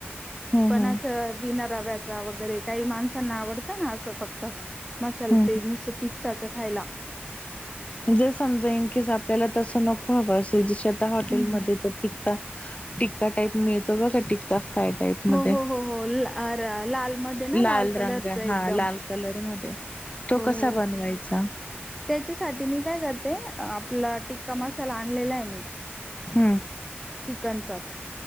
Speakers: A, on the left; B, in the centre.
A: हम्म
B: पण
A: हम्म
B: अस, बिना रव्या वरे काही माणसांना आवडतं ना अस फक्त मसाल
A: हम्म
B: ते नुसत तिखटच खायला.
A: जे समजा इन केस आपल्याला तसं नको हवं असेल जसं आता हॉटेलमध्ये
B: हम्म हम्म
A: टि का टिक्का टाईप मिळतो ब का टिक्का फ्राय टाईप मध्ये
B: हो हो हो हो लाल मध्ये
A: लाल
B: ना कलरच
A: रंग आहे हा
B: एकदम
A: लाल कलर मध्ये तो
B: हो
A: कसा
B: हो
A: बनवायचा?
B: त्याच्यासाठी मी काय करते आपला टिक्का मसाला आणलेला आहे मी
A: हम्म.
B: कांचाच